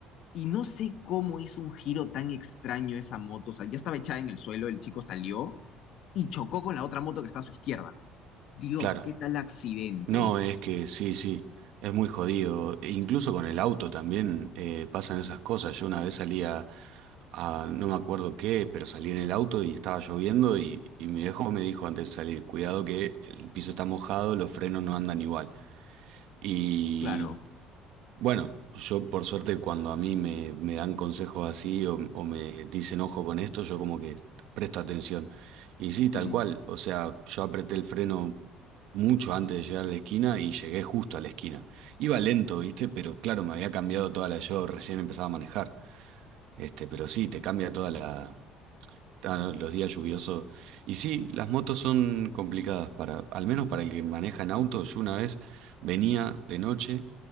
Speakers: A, on the left; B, on the right.
A: Y no sé cómo hizo un giro tan extraño esa moto. O sea, ya estaba echada en el suelo, el chico salió y chocó con la otra moto que está a su izquierda. Dios,
B: claro.
A: qué tal accidente,
B: No,
A: dije.
B: es que sí, sí, es muy jodido. E Incluso con el auto también eh, pasan esas cosas. Yo una vez salía a no me acuerdo qué, pero salí en el auto y estaba lloviendo y, y mi viejo me dijo antes de salir, cuidado que el piso está mojado, los frenos no andan igual. Y
A: Claro.
B: bueno, yo por suerte cuando a mí me, me dan consejos así o, o me dicen ojo con esto, yo como que presto atención. Y sí, tal
A: Mm,
B: cual, o sea, yo apreté el freno mucho antes de llegar a la esquina y llegué justo a la esquina. Iba lento, ¿viste? Pero claro, me había cambiado toda la... Yo recién empezaba a manejar. Este, pero sí, te cambia toda la, Ah, no, los días lluviosos. Y sí, las motos son complicadas para, al menos para el que maneja en auto. Yo una vez venía de noche,